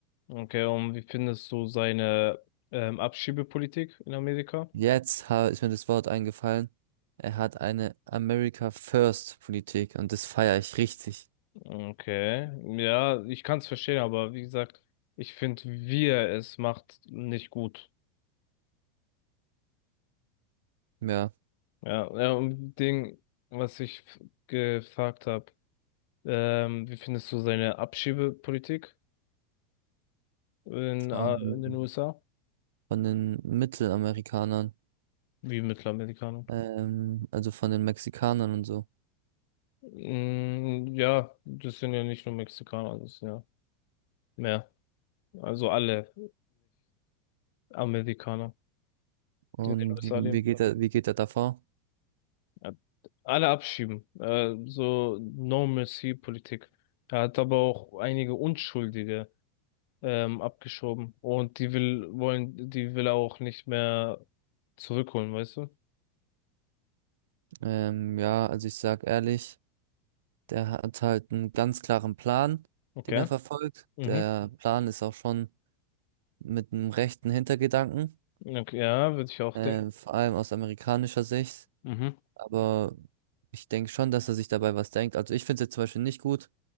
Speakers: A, on the left (about 50°); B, on the right (about 80°).
A: Okay, und wie findest du seine ähm, Abschiebepolitik in Amerika?
B: Jetzt ha- ist mir das Wort eingefallen. Er hat eine America First Politik und das feiere ich richtig.
A: Okay. Ja, ich kann es verstehen, aber wie gesagt, ich finde, wie er es macht, nicht gut.
B: Ja,
A: Ja, ja, und Ding, was ich f- gefragt habe, ähm, wie findest du seine Abschiebepolitik in,
B: von,
A: A- in den USA?
B: von den Mittelamerikanern,
A: Wie Mittelamerikanern?
B: ähm, also von den Mexikanern und so.
A: Mm, ja, das sind ja nicht nur Mexikaner, das sind ja mehr. Also alle Nicht-Amerikaner,
B: Und
A: die in den USA
B: wie, wie
A: leben.
B: geht er, wie geht er davor?
A: Ja, alle abschieben. Äh, so No-Mercy-Politik. Er hat aber auch einige Unschuldige ähm, abgeschoben. Und die will, wollen, die will er auch nicht mehr zurückholen, weißt du?
B: Ähm, ja, also ich sag ehrlich, der hat halt einen ganz klaren Plan,
A: Okay.
B: den er verfolgt.
A: Mhm.
B: Der Plan ist auch schon mit einem rechten Hintergedanken,
A: Okay, ja, würde ich auch
B: äh,
A: denken.
B: vor allem aus amerikanischer Sicht.
A: Mhm.
B: Aber ich denke schon, dass er sich dabei was denkt. Also ich finde es jetzt zum Beispiel nicht gut,